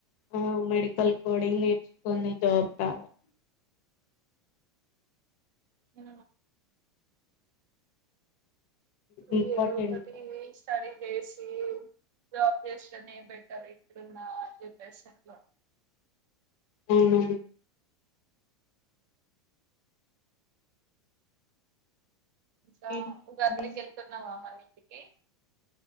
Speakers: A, on the left; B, on the right.
A: ఆ మెడికల్ కోడింగ్ నేర్చుకుని జాబ్ కావాలి
B: అ నువ్వు
A: ఇంపార్ర్టెంట్
B: ఏదో ఒకటి స్టడీ చేసి జాబ్ చేస్తనే బెటర్ ఇట్లున్న జనరేషన్ లో
A: అవును
B: ఇంకా
A: ఏంటండి
B: ఉగాకి వెళ్తున్నావా మని కే